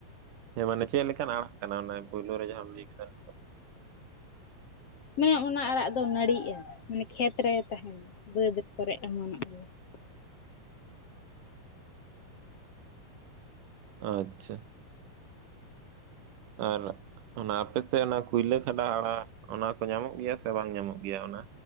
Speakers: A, on the right (about 60°); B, on the left (about 45°).
A: ᱦᱮᱸ, ᱢᱟᱱᱮ ᱪᱮᱫ ᱞᱮᱠᱟᱱ ᱟᱲᱟᱜ ᱠᱟᱱᱟ ᱾ ᱚᱱᱟ ᱯᱳᱭᱞᱳ ᱨᱮ, ᱡᱟᱦᱟᱸᱢ ᱞᱟᱹᱭ ᱠᱮᱫᱟ, ᱱᱤᱛᱳᱜ ᱾
B: ᱢᱮᱻ ᱚᱱᱟ, ᱟᱲᱟᱜ ᱫᱚ ᱱᱟᱹᱲᱤᱜᱼᱟ, ᱢᱟᱱᱮ, ᱠᱷᱮᱛ ᱨᱮ ᱛᱟᱦᱮᱱᱟ ᱾ ᱵᱟᱹᱫᱽ ᱠᱚᱨᱮ, ᱮᱢᱚᱱᱚᱜ ᱜᱮᱭᱟ ᱾
A: ᱟᱼᱪᱪᱷᱟ ᱾ ᱟᱨᱟᱜ ᱚᱱᱟ, ᱟᱯᱮᱥᱮᱫ ᱚᱱᱟ, ᱠᱩᱭᱞᱟᱹ ᱠᱷᱟᱸᱰᱟ ᱟᱲᱟᱜ, ᱚᱱᱟ ᱠᱚ, ᱧᱟᱢᱚᱜ ᱜᱮᱭᱟ ᱥᱮ, ᱵᱟᱝ ᱧᱟᱢᱚᱜ ᱜᱮᱭᱟ, ᱚᱱᱟ?